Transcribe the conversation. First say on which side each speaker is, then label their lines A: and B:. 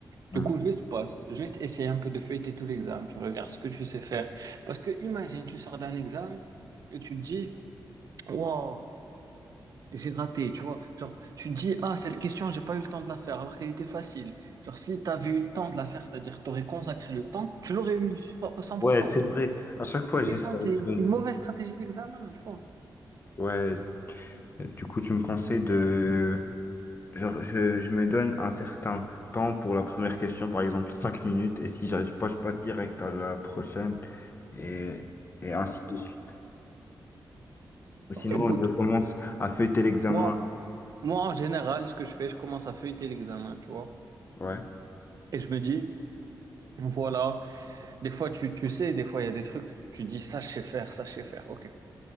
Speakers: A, on the left; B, on the right.
A: Hmm.
B: Du coup, juste passe, juste essayer un peu de feuilleter tout l'examen, tu regardes ce que tu sais faire. Parce que imagine, tu sors d'un examen et tu te dis, wow, j'ai raté, tu vois. Genre, tu te dis, ah, cette question, j'ai pas eu le temps de la faire, alors qu'elle était facile. Genre, si tu avais eu le temps de la faire, c'est-à-dire tu aurais consacré le temps, tu l'aurais eu fo- 100%.
A: Ouais, c'est vrai. À chaque fois, j'essaie
B: Et ça, c'est c'est
A: de...
B: une mauvaise stratégie d'examen, tu vois.
A: Ouais, du coup, tu me conseilles de Genre, je, je me donne un certain temps pour la première question, par exemple 5 minutes, et si j'arrive pas, je passe direct à la prochaine, et, et ainsi de suite. Ou sinon,
B: Écoute,
A: je commence à fêter l'examen.
B: moi, moi, en général, ce que je fais, je commence à feuilleter l'examen, tu vois.
A: Ouais.
B: Et je me dis, voilà. Des fois, tu, tu sais, des fois, il y a des trucs, tu dis ça, je sais faire, ça, je sais faire. OK.